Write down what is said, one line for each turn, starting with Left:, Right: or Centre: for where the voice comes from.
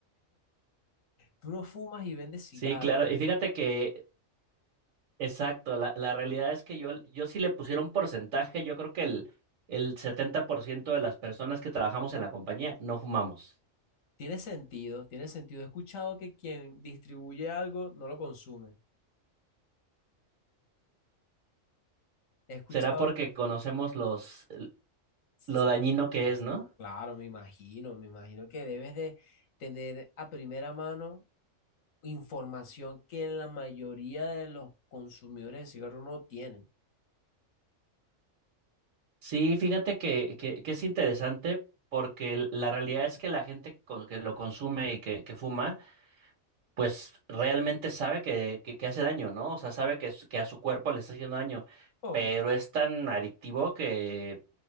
Left: Tú no fumas y vendes cigarros.
Right: Sí, claro. Y fíjate que, exacto, la, la realidad es que yo, yo sí le pusiera un porcentaje, yo creo que el, el 70% de las personas que trabajamos en la compañía no fumamos.
Left: Tiene sentido, tiene sentido. He escuchado que quien distribuye algo no lo consume. He escuchado.
Right: Será porque conocemos los,
Left: Sí,
Right: lo dañino que es, ¿no?
Left: claro, me imagino, me imagino que debes de tener a primera mano información que la mayoría de los consumidores de cigarros no tienen.
Right: Sí, fíjate que, que, que es interesante porque l- la realidad es que la gente con- que lo consume y que, que fuma, pues realmente sabe que, que, que hace daño, ¿no? O sea, sabe que, su- que a su cuerpo le está haciendo daño,
Left: Obvio.
Right: pero
Left: claro.
Right: es tan adictivo que